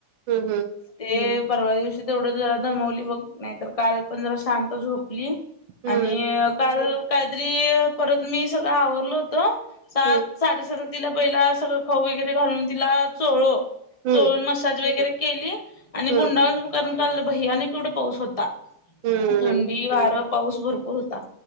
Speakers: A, on the right (about 75°); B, on the left (about 25°).
A: हम् हम्
B: ते परवा दिवशी तेवढं जरा दमवली बघ नाही तर काल पण जरा शांत झोपली
A: हम्म
B: आणि काल काहीतरी परत मी सगळं आवरलो होत सात
A: हम्म
B: साडेसात तिला पहिला सगळं खाऊ वगैरे घालून तिला चोळलो
A: हम्म
B: चोळून मसाज वगैरे केली आणि
A: हम्म
B: गुंडाळ करून काल भयानक केवढा पाऊस होता
A: हम्म
B: थंडी वारं पाऊस भरपूर होता